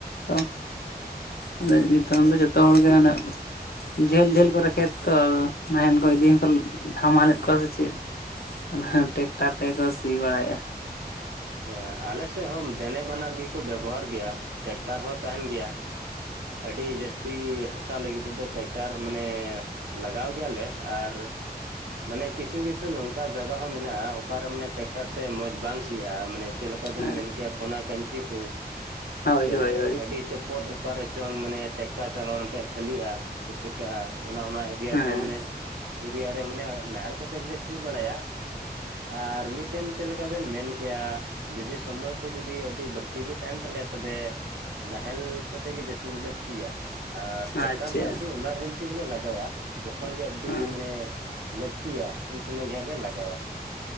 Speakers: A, on the left (about 65°); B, on the right (about 80°).
A: ᱛᱚ ᱟᱫᱚ ᱱᱤᱛᱚᱝ
B: ᱟᱪᱪᱷᱟ
A: ᱫᱚ
B: ᱟᱪᱪᱷᱟ
A: ᱡᱚᱛᱚ ᱦᱚᱲᱜᱮ ᱟᱱᱮ ᱡᱷᱟᱹᱞ ᱡᱷᱟᱹᱞ ᱠᱚᱨᱮ ᱠᱷᱮᱛ ᱛᱚ ᱱᱟᱦᱮᱞ ᱠᱚ ᱤᱫᱤ ᱦᱚᱸᱠᱚ ᱦᱟᱢᱟᱞᱮᱫ ᱠᱚᱣᱟ ᱥᱮ ᱪᱮᱫ ᱚᱱᱟ ᱴᱮᱠᱴᱟᱨ ᱛᱮᱠᱚ ᱥᱤ ᱵᱟᱲᱟᱭᱮᱫᱟ᱾
B: ᱦᱮᱸ ᱟᱞᱮ ᱥᱮᱫ ᱦᱚᱸ ᱫᱮᱱᱮ ᱵᱟᱱᱟᱨ ᱜᱮᱠᱚ ᱵᱮᱵᱚᱦᱟᱨ ᱜᱮᱭᱟ᱾ ᱴᱮᱠᱴᱟᱨ ᱦᱚᱸ ᱛᱟᱦᱮᱱ ᱜᱮᱭᱟ᱾ ᱟᱹᱰᱤ ᱡᱟᱹᱥᱛᱤ ᱦᱟᱥᱟ ᱞᱟᱹᱜᱤᱫ ᱛᱮᱫᱚ ᱴᱮᱠᱴᱟᱨ ᱢᱟᱱᱮ ᱞᱟᱜᱟᱣ ᱜᱮᱭᱟᱞᱮ ᱟᱨ ᱢᱟᱱᱮ ᱠᱤᱪᱷ ᱠᱤᱪᱷᱩ- ᱠᱤᱪᱷᱩ ᱱᱚᱝᱠᱟ ᱡᱟᱭᱜᱟ ᱦᱚᱸ ᱢᱮᱱᱟᱜᱼᱟ ᱚᱠᱟᱨᱮ ᱢᱟᱱᱮ ᱴᱮᱠᱴᱟᱨ ᱛᱮ ᱢᱚᱡᱽ ᱵᱟᱝ ᱥᱤᱜᱼᱟ᱾ ᱢᱟᱱᱮ ᱪᱮᱫ ᱞᱮᱠᱟ ᱵᱮᱱ
A: ᱦᱮᱸ
B: ᱢᱮᱱ ᱠᱮᱭᱟ ᱠᱚ ᱠᱟᱹᱧᱪᱤ ᱠᱚ
A: ᱦᱳᱭ
B: ᱥᱮ
A: ᱦᱳᱭ ᱦᱳᱭ
B: ᱟᱹᱰᱤ ᱪᱚᱯᱚᱴ ᱚᱠᱟᱨᱮ ᱪᱚᱝ ᱢᱟᱱᱮ ᱴᱮᱠᱴᱟᱨ ᱪᱟᱞᱟᱣ ᱞᱮᱱᱠᱷᱟᱱᱡ ᱛᱷᱟᱹᱤᱜᱼᱟ ᱥᱮ ᱪᱤᱠᱟᱹᱜᱼᱟ᱾ ᱚᱱᱟ ᱚᱱᱟ ᱮᱨᱤᱭᱟ
A: ᱦᱮᱸ
B: ᱛᱮ ᱢᱟᱱᱮ ᱮᱨᱤᱭᱟ ᱨᱮ ᱢᱟᱱᱮ ᱱᱟᱦᱮᱞ ᱠᱚᱛᱮ ᱜᱮᱞᱮ ᱥᱤ ᱵᱟᱲᱟᱭᱟ ᱟᱨ ᱢᱤᱫᱴᱮᱱ ᱪᱮᱫ ᱞᱮᱠᱟ ᱵᱮᱱ ᱢᱮᱱ ᱠᱮᱭᱟ ᱡᱩᱫᱤ ᱥᱚᱢᱚᱭ ᱠᱚ ᱡᱩᱫᱤ ᱟᱹᱰᱤ ᱵᱟᱹᱲᱛᱤ ᱜᱮ ᱛᱟᱦᱮᱱ ᱛᱟᱞᱮᱭᱟ ᱛᱚᱵᱮ ᱱᱟᱦᱮᱞ ᱠᱚᱛᱮ ᱜᱮ ᱡᱟᱹᱥᱛᱤ ᱫᱚᱞᱮ ᱥᱤᱭᱟ ᱟᱨ ᱴᱨᱟᱠᱴᱟᱨ
A: ᱟᱪᱪᱷᱟ
B: ᱫᱚ ᱟᱹᱰᱤ ᱮᱢᱟᱨᱡᱮᱱᱥᱤ ᱜᱮᱞᱮ ᱞᱟᱜᱟᱣᱟ ᱡᱚᱠᱷᱚᱱ ᱜᱮ ᱟᱹᱰᱤ
A: ᱦᱮᱸ
B: ᱢᱟᱱᱮ ᱞᱟᱹᱠᱛᱤᱭᱟ ᱩᱱ ᱥᱚᱢᱚᱭ ᱜᱮᱦᱟᱸᱜ ᱞᱮ ᱞᱟᱜᱟᱣᱟ